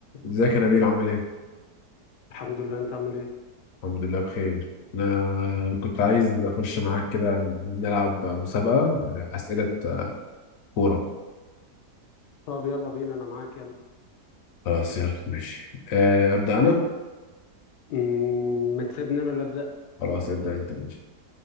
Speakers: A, on the left; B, on the left.
A: ازيك يا نبيل عامل ايه؟
B: الحمد لله انت عامل ايه
A: الحمد لله بخير انا كنت عايز اخش معاك كده نلعب مسابقة اسئلة كورة
B: طب يلا بينا انا معاك يلا
A: خلاص يلا ماشي آه، ابدأ انا
B: ت- مم، ما تسيبني انا اللي ابدا
A: خلاص ابدأ انت ماشي